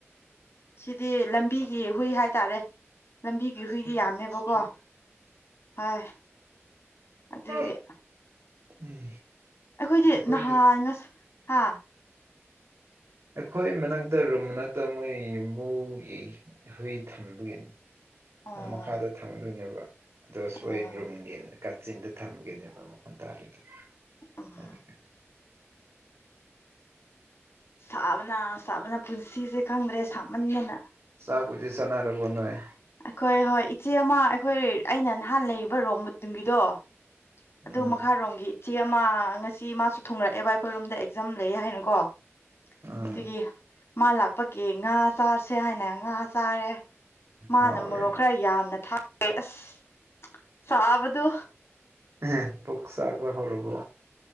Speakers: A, on the left; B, on the right.
A: ꯁꯤꯗꯤ ꯂꯝꯕꯤꯒꯤ ꯍꯨꯏ ꯍꯥꯏꯇꯥꯔꯦ ꯂꯝꯕꯤꯒꯤ
B: ꯏꯁꯇ꯭ꯔꯤꯠ
A: ꯍꯨꯏꯗꯤ ꯌꯥꯝꯃꯦꯕꯀꯣ
B: ꯏꯁꯇ꯭ꯔꯤꯠ
A: ꯍꯣꯏ
B: <unintelligible>
A: ꯑꯗꯨꯒꯤ
B: ꯎꯝ
A: ꯑꯩꯈꯣꯏꯗꯤ
B: ꯑꯩꯈꯣꯏ
A: ꯅꯍꯥꯟ ꯉꯁ ꯍꯥ
B: ꯑꯩꯈꯣꯏ ꯃꯅꯥꯛꯇ ꯔꯨꯝ ꯃꯅꯥꯛꯇ ꯃꯣꯏ ꯌꯨꯝꯕꯨꯒꯤ ꯍꯨꯏ ꯊꯝꯕꯒꯤꯅꯤ
A: ꯑꯣ
B: ꯅ ꯃꯈꯥꯗ ꯊꯝꯗꯣꯏꯅꯦꯕ ꯑꯗꯨ ꯁ꯭ꯋꯥꯏ
A: ꯑꯣ
B: ꯔꯨꯝꯒꯤ ꯀꯥꯆꯤꯟꯗ ꯊꯝꯕꯒꯤꯅꯦꯕ ꯃꯈꯣꯟ ꯇꯥꯗꯔꯤꯗꯣ
A: ꯎꯝ
B: ꯑꯗꯨꯒ
A: ꯁꯥꯕꯅ ꯁꯥꯕꯅ ꯄꯨꯟꯁꯤꯁꯦ ꯈꯪꯗ꯭ꯔꯦ ꯁꯥꯃꯟꯗꯅ
B: ꯆꯥꯛꯄꯨꯗꯤ ꯆꯥꯅꯔꯕꯣ ꯅꯣꯏ
A: ꯑꯩꯈꯣꯏ ꯍꯣꯏ ꯏꯆꯦ ꯑꯃ ꯑꯩꯈꯣꯏ ꯑꯩꯅ ꯅꯍꯥꯟ ꯂꯩꯔꯤꯕ ꯔꯣꯝ ꯃꯇꯨꯡꯒꯤꯗꯣ ꯑꯗꯨ
B: ꯎꯝ
A: ꯃꯈꯥꯔꯣꯝꯒꯤ ꯏꯆꯦ ꯑꯃ ꯉꯁꯤ ꯃꯥꯁꯨ ꯊꯨꯡꯔꯛꯑꯦꯕ ꯑꯩꯈꯣꯏꯔꯣꯝꯗ ꯑꯦꯛꯖꯥꯝ ꯂꯩꯌꯦ ꯍꯥꯏꯅꯀꯣ
B: ꯎꯝ
A: ꯑꯗꯨꯒꯤ ꯃꯥ ꯂꯥꯛꯄꯒꯤ ꯉꯥ ꯆꯥꯁꯦ ꯍꯥꯏꯅ ꯉꯥ ꯆꯥꯔꯦ ꯃꯥꯅ
B: ꯍꯥꯎꯔꯦꯅꯦ
A: ꯃꯣꯔꯣꯛ ꯈꯔ ꯌꯥꯝꯅ ꯊꯥꯛꯄꯚꯤ ꯑꯁ ꯆꯥꯕꯗꯨ
B: <unintelligible> ꯄꯨꯛ ꯆꯥꯛꯄ ꯍꯧꯔꯕꯣ